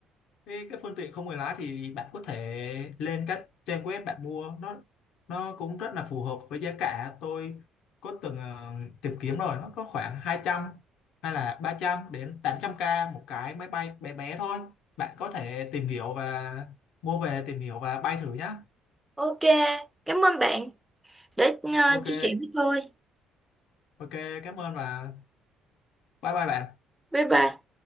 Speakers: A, on the left (about 75°); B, in the centre.
A: Cái, cái phương tiện không người lái thì bạn có thể lên các trang web bạn mua nó nó cũng rất là phù hợp với giá cả tôi có từng ờ, tìm kiếm rồi nó có khoảng 200 hay là 300 đến tám trăm k một cái máy bay bé bé thôi bạn có thể tìm hiểu và mua về tìm hiểu và bay thử nhá
B: Ok, cảm ơn bạn đã à,
A: ok
B: chia sẻ với tôi.
A: ok cảm ơn và bye bye bạn
B: Bye bye.